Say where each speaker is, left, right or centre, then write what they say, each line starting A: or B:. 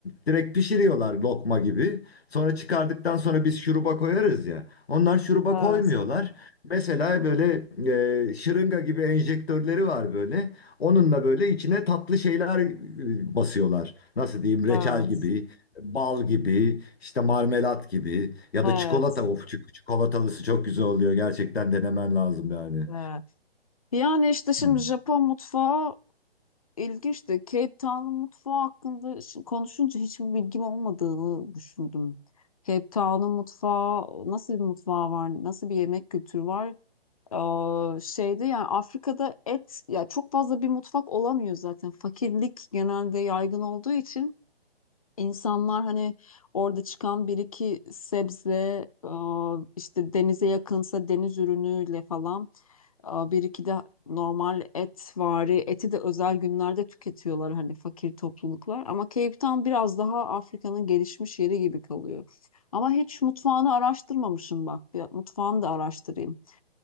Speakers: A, on the left (about 75°); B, on the left (about 35°).
A: direkt pişiriyorlar lokma gibi. Sonra çıkardıktan sonra biz şuruba koyarız ya. Onlar şuruba
B: evet.
A: koymuyorlar. Mesela
B: Hmm.
A: böyle e, şırınga gibi enjektörleri var böyle. Onunla böyle içine tatlı şeyler e, basıyorlar. Nasıl diyeyim? Reçel
B: Evet,
A: gibi, bal gibi, işte marmelat gibi ya
B: evet,
A: da çikolata. Of, çik- çikolatalısı çok güzel oluyor. Gerçekten denemen lazım yani.
B: evet. Yani işte şimdi
A: Hmm.
B: Japon mutfağı İlginçti. Cape Town'un mutfağı hakkında şi- konuşunca hiçbir bilgim olmadığını düşündüm. Cape Town'un mutfağı nasıl bir mutfağı var? Nasıl bir yemek kültürü var? Ee, şeyde yani Afrika'da et ya çok fazla bir mutfak olamıyor zaten. Fakirlik genelde yaygın olduğu için insanlar hani orada çıkan bir iki sebze e, işte denize yakınsa deniz ürünüyle falan Aa, Bir iki de normal et vari eti de özel günlerde tüketiyorlar hani fakir topluluklar. Ama Cape Town biraz daha Afrika'nın gelişmiş yeri gibi kalıyor. Ama hiç mutfağını araştırmamışım bak. Bir mutfağını da araştırayım.